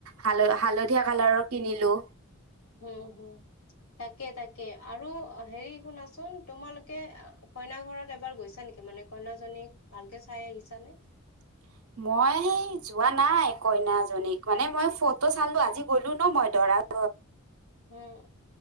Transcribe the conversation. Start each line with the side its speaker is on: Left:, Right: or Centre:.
Right: হাল হালধীয়া কালাৰৰ কিনিলো
Left: হুম হুম তাকে তাকে আৰু হেৰি শুনাচোন তোমালোকে কইনা ঘৰত এবাৰ গৈছা নেকি মানে কইনাজনীক ভালকে চাই আহিছানে
Right: <inaudible> মই যোৱা নাই কইনাজনীক মানে মই ফটো চালো আজি গ'লো ন মই দৰা <inaudible>
Left: উম